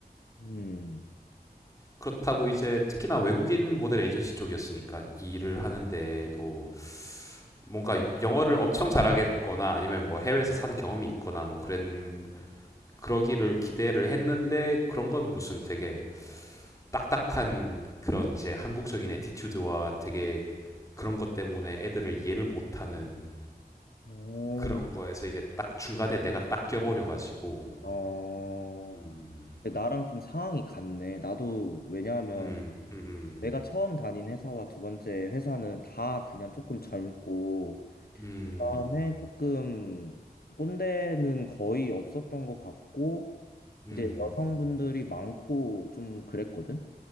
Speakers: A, on the left; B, on the left.
A: 음.
B: 그렇다고 이제 특히나 외국인 모델 에이전시 쪽이었으니까 이 일을 하는데도 뭔가 영어를 엄청 잘하겠거나 아니면 뭐 해외에서 산 경험이 있거나 뭐 그런 그러기를 기대를 했는데 그런 건 무슨 되게 딱딱한 그런 이제 한국적인 에티튜드와 되게 그런 것 때문에 애들을 이해를 못하는
A: 어,
B: 그런 거에서 이제 딱 중간에 내가 딱 껴버려가지고
A: 어.
B: 음,
A: 나랑 좀 상황이 같네. 나도, 왜냐하면
B: 음, 음,
A: 내가 처음 다닌 회사와 두 번째 회사는 다 그냥 조금 젊고,
B: 음, 음,
A: 그다음에 조금 꼰대는 거의 없었던 것 같고,
B: 음,
A: 이제 여성분들이 많고 좀 그랬거든?